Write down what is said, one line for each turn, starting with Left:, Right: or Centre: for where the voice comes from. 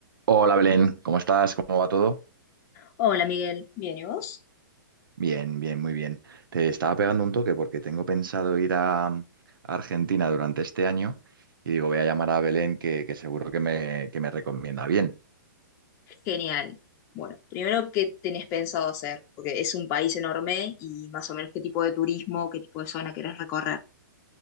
Right: Hola Belén, ¿cómo estás? ¿Cómo va todo?
Left: Hola Miguel, Bien, ¿y vos?
Right: Bien, bien, muy bien. Te estaba pegando un toque porque tengo pensado ir a, a Argentina durante este año y digo, voy a llamar a Belén que, que seguro que me, que me recomienda bien.
Left: genial. Bueno, primero, ¿qué tenés pensado hacer? Porque es un país enorme y más o menos qué tipo de turismo, qué tipo de zona querés recorrer.